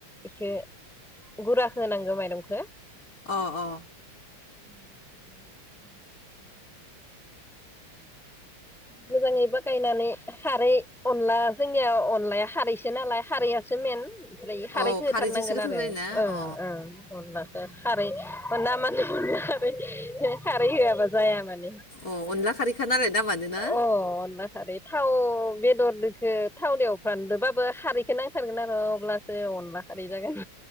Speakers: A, in the centre; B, on the left.
A: इखो गुरा होनांगौ माइरंखौ।
B: अ-अ।
A: <inaudible> मोजांङै बा गायनानै खारै अनला जोंनिया अनलाया खारैसो नालाय खारैयासो मेन। दायो खारैखो
B: औ
A: होथारनांगोन
B: खारैजोंसो गोथाव
A: आरो
B: जायोना
A: ओ-ओ
B: अ
A: अनलाखो। खारै मोना माने। अनला खारै <unintelligible> खारै होयाबा जाया मान
B: अ अनला खारैखा नालाय दामानो
A: औ।
B: ना
A: अ अनला खारै थाव। बेदरदोखो थावजों एवफ्रामदोंबाबो खारैखौ नांथारगोन आरो अब्लासो अनला खारै जागोन।